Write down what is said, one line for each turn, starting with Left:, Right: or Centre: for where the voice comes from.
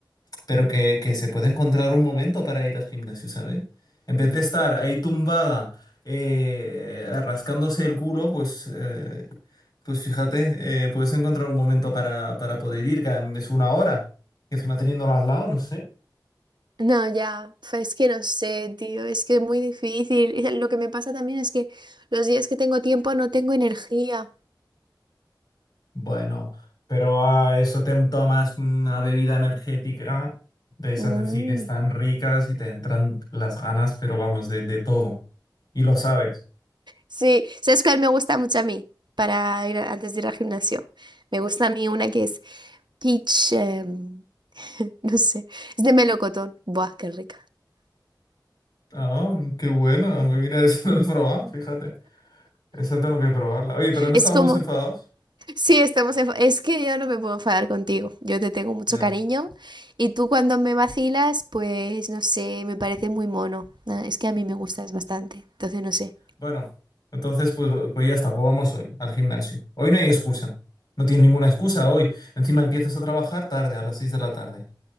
Left: Pero que, que se puede encontrar un momento para ir al gimnasio, ¿sabes? En vez de estar ahí tumbada, eh, rascándose el culo, pues, eh, pues fíjate, eh, puedes encontrar un momento para, para poder ir, que es una hora. Y encima teniéndola al lado, no sé.
Right: No, ya, fa- es que no sé, tío, es que es muy difícil. Y lo que me pasa también es que los días que tengo tiempo no tengo energía.
Left: Bueno, pero a eso te tomas una bebida energética de esas
Right: Mm,
Left: así que están ricas y te entran las ganas, pero vamos, de, de todo. Y lo sabes.
Right: Sí, ¿sabes cuál me gusta mucho a mí para ir a- antes de ir al gimnasio? Me gusta a mí una que es peach, em, <laughs> no sé, es de melocotón. Buah, qué rica.
Left: Ah, qué bueno. Mira, eso no lo he probado, fíjate. Esa tengo que probarla. Oye, pero no
Right: Es
Left: estábamos
Right: como
Left: enfadados.
Right: Sí, estamos enfa- Es que yo no me puedo enfadar contigo. Yo te tengo mucho
Left: Ya.
Right: cariño y tú cuando me vacilas, pues no sé, me parece muy mono. Ah, Es que a mí me gustas bastante. Entonces, no sé.
Left: Bueno, entonces pues, pues ya está, pues vamos hoy al gimnasio. Hoy no hay excusa. No tienes ninguna excusa hoy. Encima empiezas a trabajar tarde, a las 6 de la tarde.